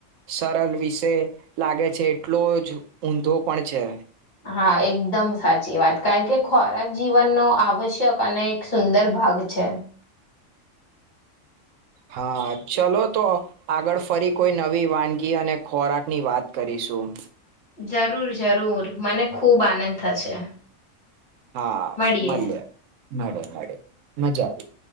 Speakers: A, on the right; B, on the left.
A: સરલ વિષે લાગે છે એટલો જ ઊંધો પણ છે.
B: હા એકદમ સાચી વાત કારણ કે ખોરાક જીવનનો આવશ્યક અને એક સુંદર ભાગ છે.
A: હા ચલો તો આગળ ફરી કોઈ નવી વાનગી અને ખોરાકની વાત કરીશું.
B: જરૂર જરૂર મને ખુબ આનંદ થશે.
A: હા
B: મળીએ.
A: મલીએ. મળે મળે મજા આવી.